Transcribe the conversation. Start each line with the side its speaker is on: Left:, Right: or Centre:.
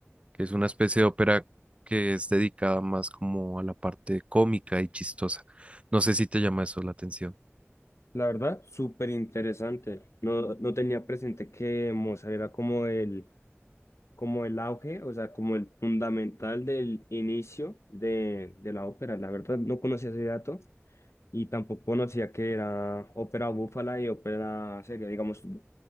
Right: que es una especie de ópera que es dedicada más como a la parte cómica y chistosa. No sé si te llama eso la atención.
Left: La verdad, súper interesante. No, no tenía presente que Mozart era como el, como el auge, o sea, como el fundamental del inicio de, de la ópera. La verdad, no conocía ese dato y tampoco conocía que era ópera búfala y ópera seria. Digamos,